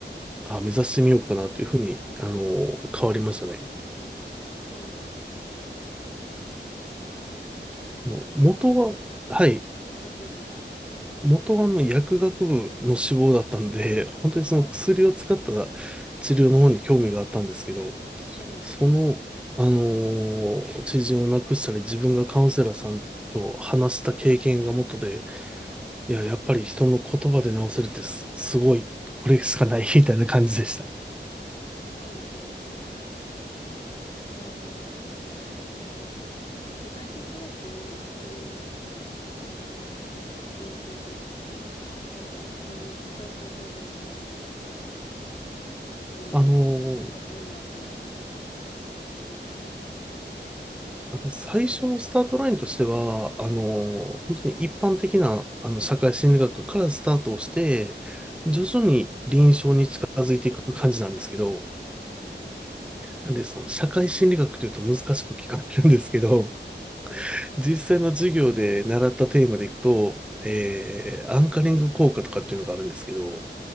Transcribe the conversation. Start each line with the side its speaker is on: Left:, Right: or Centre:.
Centre: あ、目指してみようかなというふうに、あの、変わりましたね。
Left: あ、そうなんですね。なんか具体、
Centre: あの、元は、
Left: はい。
Centre: はい、
Left: あ、どうぞどうぞ。
Centre: 元はあの薬学部の志望だったんで、本当にその薬を使った治療の方に興味があったんですけど、
Left: あ、はい。
Centre: その、あのー知人を亡くしたり、自分がカウンセラーさんと話した経験が元で、いや、やっぱり人の言葉で直せるってす、すごい、これしかない <laughs> みたいな感じでした。
Left: ああ、そうなんですね。その、具体的にはどういう、あの、勉強っていうんですかね。なんか、そういう資格取るのになんか、どういっ
Centre: あの
Left: た分野を勉強する、
Centre: ー
Left: しする感じなんでしょうか。
Centre: あの最初のスタートラインとしては、あの、本当に一般的な、あの、社会心理学からスタートをして、徐々に臨床に近づいていく感じなんですけど、
Left: はい、
Centre: なんで、その、社会心理学というと難しく聞かれるんですけど、
Left: はい、
Centre: 実際の授業で習ったテーマでいくと、えー、アンカリング効果とかっていうのがあるんですけど、